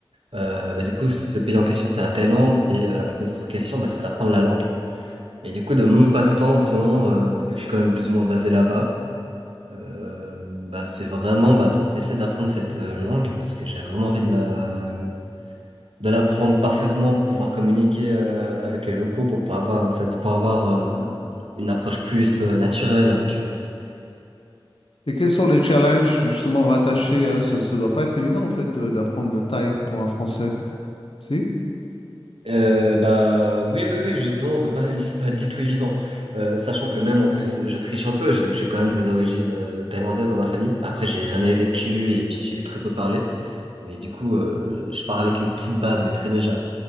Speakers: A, on the right; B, on the left.
A: Euh, bah, du coup, ce pays en question, c'est la Thaïlande, et euh, la compétence en question, bah, c'est d'apprendre la langue. Et du coup, de mon passe-temps en ce moment, euh, vu que je suis quand même plus ou moins basé là-bas, euh, bah, c'est vraiment bah, de- d'essayer d'apprendre cette euh, langue parce que j'ai vraiment envie de la de l'apprendre parfaitement pour pouvoir communiquer euh, avec les locaux, pour pouvoir avoir en fait pour avoir euh, une approche plus euh, naturelle avec eux en fait.
B: Et quels sont les challenges justement rattachés, hein, Ça ne doit pas être évident en fait de- d'apprendre le thaï pour un Français, si?
A: Euh, bah oui oui oui justement c'est pas c'est pas du tout évident Euh, sachant que même en plus je triche un peu j'ai j'ai quand même des origines euh, thaïlandaises dans ma famille après j'ai jamais vécu et puis j'ai très peu parlé Mais du coup, euh, je pars avec une petite base, mais très légère.